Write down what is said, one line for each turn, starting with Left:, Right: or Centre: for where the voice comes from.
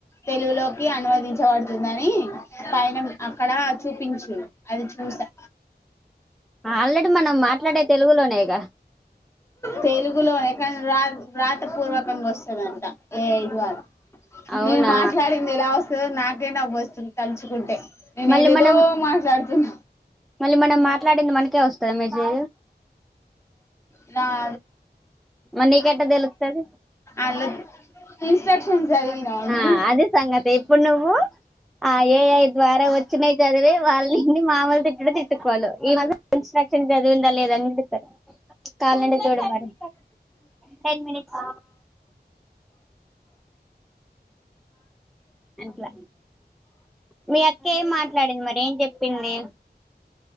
Left: తెలుగులోకి అనువదించబడుతుందని పైన అక్కడ చూపించు అది చూసా
Centre: ఆల్రెడీ మనం మాట్లాడే తెలుగులోనేగా
Left: తెలుగులోనే కానీ రా రాత పూర్వకంగా వస్తుందంట ఏ ఇదు వారు
Centre: అవునా
Left: నేను మాట్లాడింది ఎలా వస్తుంది నాకు కే నవ్వు వస్తుంది తలుచుకుంటే నేను
Centre: మళ్ళీ
Left: ఏదేదో
Centre: మనం
Left: మాట్లాడుతున్నా
Centre: మళ్ళీ మనం మాట్లాడింది మనకే వస్తుందా మీరు
Left: ఆ <unintelligible>
Centre: మరి నీకె ట్టా తెలుతది
Left: అలా ఇన్స్ట్రక్షన్స్ చదివినవా
Centre: మ్మ్
Left: నువ్వు
Centre: అదే సంగతి ఇప్పుడు నువ్వు ఆ ఏఐ ద్వారా వచ్చినవి చదివి వాళ్ళని మామూలు తిటు డు తిట్టుకోలు ఈ మా ఇన్స్ట్రక్షన్ చదివిందా లేదని చెతారు కాల్ అండె చూడు మరి టెన్ మనిట్స్ అట్లా మీ అక్క ఏం మాట్లాడింది మరి ఏం చెప్పింది?